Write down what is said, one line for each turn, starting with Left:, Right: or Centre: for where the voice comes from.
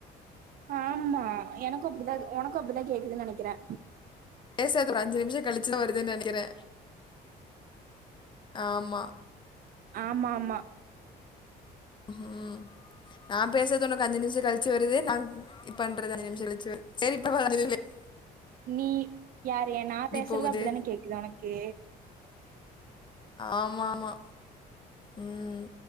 Right: ஆமா எனக்கு அப்டிதா இரு உனக்கு அப்படிதா கேக்குதுன் நெனக்கிறே
Left: பேசறது ஒரு அஞ்சு நிமிஷம் கழிச்சுதா வருதுன் நெனக்கிறே ஆமா
Right: ஆமா மா
Left: ம் நா பேசறது உனக்கு அஞ்சு நிமிஷம் கழிச் ச்சு வருது நா பண்றது அஞ்சு நிமிஷ கழிச்சு வரு சேரி இப்ப அஞ்சு நிமிஷ லேட்
Right: நீ யாரு ஏ நா பேசுறது
Left: போகுது
Right: அப்டிதானே கேக்குதா உனக்கு
Left: ஆமா ஆமா ம்